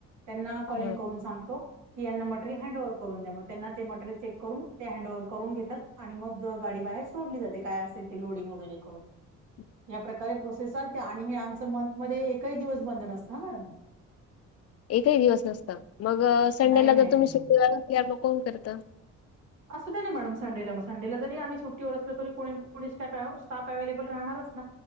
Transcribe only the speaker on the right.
त्यांना
कॉलिंग करून सांगतो की यांना मटरेल हँड ओव्हर करून द्या मग त्यांना ते मटरेल चेक करून ते हँड ओव्हर करून घेतात आणि मग गाडी बाहेर सोडली जाते काय असेल ते लोडिंग, वगैरे करून.
या प्रकारे प्रोसेस चालते. आणि हे आमच मंथ मध्ये एकही दिवस बंद नसत मॅडम.
नाही नाही
नाही
नाही
असं दे ना मॅडम संडेला <unintelligible> संडेला जरी आम्ही सुट्टीवर असल. तरी कोणी स्ट स्टाफ अव्हेलेबल राहणारच ना.